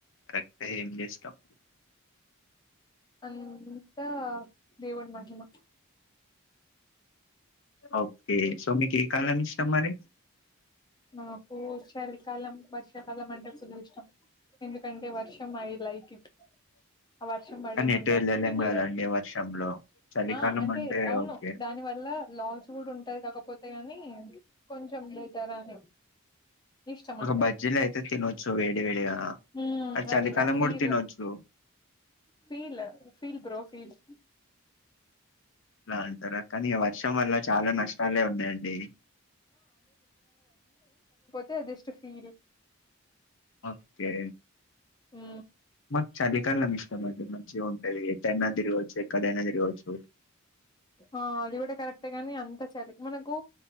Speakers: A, on the left; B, on the left.
A: కట్టే ఎండ వేసేటప్పు
B: అంతా దేవుని మహిమ
A: ఓకే సో మీకు ఏ కాలం ఇష్టం మరి
B: నాకు చలికాలం వర్షాకాలం అంటే ఫుల్ ఇష్టం ఎందుకంటే వర్షం ఐ లైక్ ఇట్ ఆ వర్షం పడే
A: కానీ
B: ముందు
A: ఎటు వెళ్ళలేం
B: ఆ సమ్మెల్
A: కదండి వర్షంలో చలికాలం
B: ఆ అంటే అవును
A: ఓకే
B: దాని వల్ల లాస్ కూడా ఉంటాది కాకపోతే కాని కొంచెం బెటర్ అని ఇష్టం
A: ఒక
B: అంతే
A: బజ్జీలో అయితే తినొచ్చు వేడి వేడిగా
B: మ్మ్
A: అయి చలికాలం
B: అది ఆ ఫీల్
A: కూడా తినొచ్చు
B: ఫీల్ ఫీల్ బ్రో ఫీల్
A: అలా అంటారా కానీ వర్షం వల్ల చాలా నష్టాలే ఉన్నాయండి
B: తే జస్ట్ ఫీల్
A: ఓకే
B: హు
A: మాకు చలికాలం ఇష్టం అండి మంచిగా ఉంటుది ఎటైనా తిరగొచ్చు ఎక్కడైనా తిరుగొచ్చు
B: ఆ అది కూడా కూడా కరెక్ట్ చలి మనకు